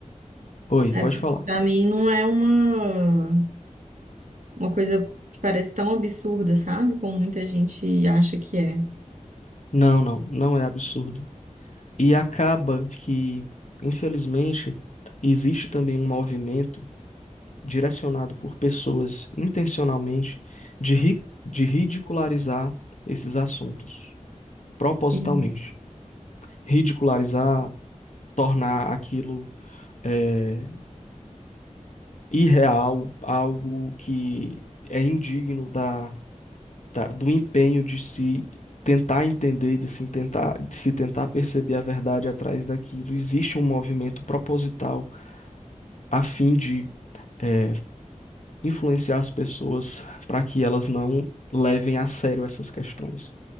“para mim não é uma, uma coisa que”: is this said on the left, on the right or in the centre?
Right